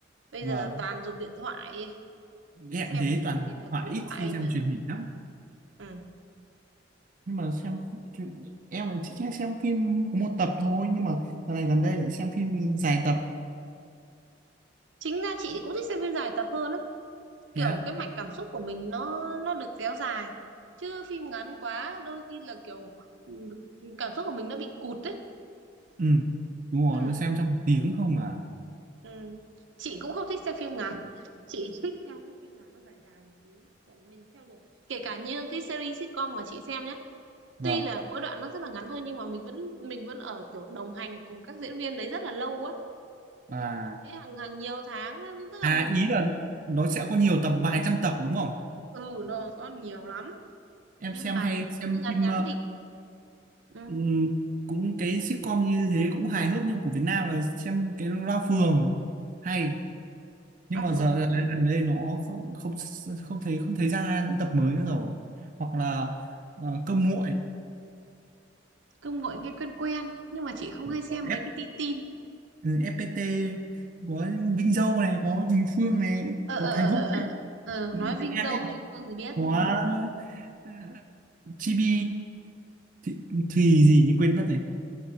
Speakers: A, on the right (about 80°); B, on the right (about 45°).
A: bây
B: vâng
A: giờ toàn dùng điện thoại
B: em
A: xem
B: thế
A: cái
B: toàn
A: phim gì toàn
B: thoại
A: dùng điện
B: ít
A: thoại
B: khi
A: ấy.
B: xem
A: trời.
B: truyền hình lắm
A: Ừ.
B: nhưng mà xem truyền- em lại thích hay xem phim có một tập thôi nhưng mà dạo này gần đây lại xem phim dài tập
A: chính ra chị cũng thích xem phim dài tập hơn ấy kiểu
B: thế á?
A: cái mạch cảm xúc của mình nó nó được kéo dài chứ phim ngắn quá đôi khi là kiểu ừ, cảm xúc của mình nó bị cụt ấy
B: ừ đúng
A: ừ.
B: rồi nó xem trong một tiếng không à
A: Ừ. Chị cũng không thích xem phim ngắn chị thích xem các phim nào nó dài dài một tí kiểu mình theo đuổi kể cả như cái series sitcom mà chị xem nhé
B: vâng
A: tuy là mỗi đoạn nó rất là ngắn thôi nhưng mà mình vẫn mình vẫn ở kiểu đồng hành cùng các diễn viên đấy rất là lâu ấy
B: à
A: thế hàng hàng nhiều tháng á, tức là
B: à
A: mình
B: ý
A: cảm
B: là nó sẽ có nhiều tập vài trăm tập đúng không
A: ừ nó có nhiều lắm
B: em
A: nhưng
B: xem
A: mà
B: hay
A: nó,
B: xem
A: nó cứ ngắn
B: phim
A: ngắn
B: ờ,
A: thì ừ,
B: ừm, cũng cái sitcom như thế cũng hài hước nhưng của Việt Nam là xem cái Loa Phường hay nhưng
A: là
B: mà
A: phượng
B: giờ đấy, gần đây nó không không không thấy không thấy ra những tập mới nữa rồi hoặc là ờ, cơm nguội
A: cứ ngồi nghe quen quen nhưng mà chị không hay xem
B: có F,
A: mấy cái tin tin
B: F, FPT có Vinh Dâu này có Huỳnh Phương này
A: ờ
B: có
A: ờ
B: Thái
A: ờ
B: Vũ
A: ờ ờ.
B: này,
A: Ờ,
B: Vinh
A: nói Vinh
B: Đen
A: Dâu
B: này
A: thì Phương thì biết
B: có ờ, Chibi Thùy, Thùy gì nhỉ quên mất này